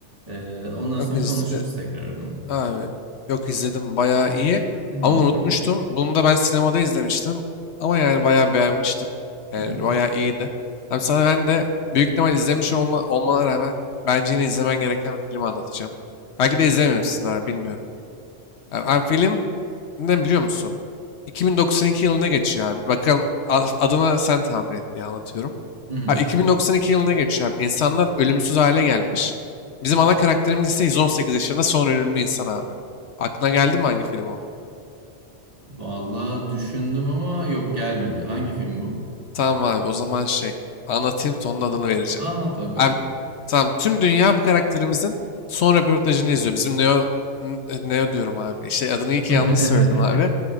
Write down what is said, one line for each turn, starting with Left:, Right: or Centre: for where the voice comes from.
Right: E, ondan sonra
Left: Yok izle.
Right: konuşuruz tekrar bunu.
Left: Abi, yok izledim bayağı iyi
Right: Hmm,
Left: ama unutmuştum.
Right: okey.
Left: Bunu da ben sinemada izlemiştim ama yani bayağı beğenmiştim. Yani
Right: Hı hı.
Left: bayağı iyiydi. Abi sana ben de büyük ihtimal izlemiş olma, olmana rağmen bence yine izlemen gereken bir film anlatacağım. Belki de izlememişsin abi bilmiyorum. Abi, abi film ne biliyor musun? 2092 yılına geçiyor abi. Bakalım a- adına sen tahmin et diye anlatıyorum.
Right: Hı hı.
Left: Ha, 2092 yılına geçiyor abi. İnsanlar ölümsüz hale gelmiş. Bizim ana karakterimiz ise 118 yaşında son ölümlü insan abi. Aklına geldi mi hangi film oldu?
Right: Vallahi düşündüm ama yok gelmedi. Hangi film bu?
Left: Tamam abi o zaman şey anlatayım sonun adını vereceğim.
Right: Anlat bakalım.
Left: Abi tamam tüm dünya bu karakterimizin son röportajını izliyor. Bizim Neo, n- Neo diyorum abi. Şey adını
Right: <laughs>
Left: iyi ki
Right: Hı
Left: yanlış söyledim abi.